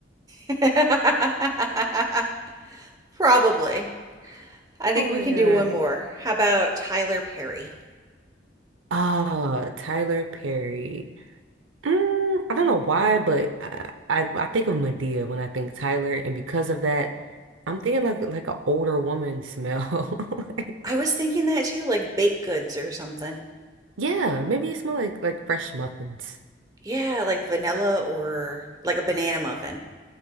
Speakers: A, on the right (about 20°); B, on the right (about 85°).
A: <laughs> Probably. I think
B: Oh
A: we
B: my
A: can
B: God.
A: do one more. How about Tyler Perry?
B: Ah, Tyler Perry. Mm, I don't know why, but I, I I think of Medea when I think Tyler, and because of that, I'm thinking like like an older woman smell.
A: I
B: <laughs>
A: was thinking that too, like baked goods or something.
B: Yeah, maybe it smells like like fresh muffins.
A: Yeah, like vanilla or like a banana muffin.